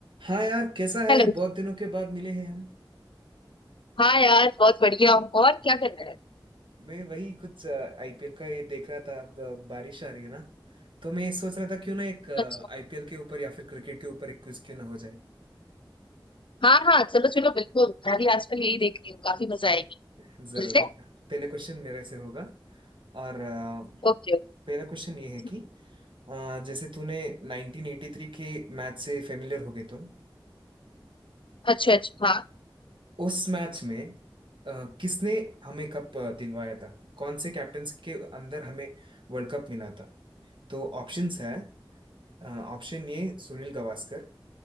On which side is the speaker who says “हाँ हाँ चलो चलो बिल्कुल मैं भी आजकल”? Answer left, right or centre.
Left